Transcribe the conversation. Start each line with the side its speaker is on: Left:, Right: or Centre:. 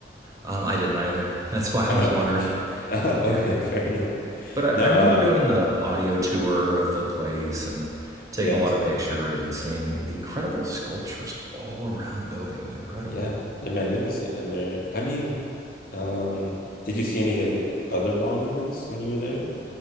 Right: Um, I didn't either. <laughs> That's why
Left: Uh,
Right: I was wondering.
Left: <laughs> uh, okay,
Right: Yeah.
Left: fair enough.
Right: But I,
Left: No,
Right: I remember
Left: uh,
Right: doing the audio tour of the place and taking
Left: yeah,
Right: a
Left: exactly.
Right: lot of pictures and seeing the incredible sculptures all around the building. It was incredible.
Left: Yeah, they're magnificent, and they're. I mean, um, did you see any of the other monuments when you were there?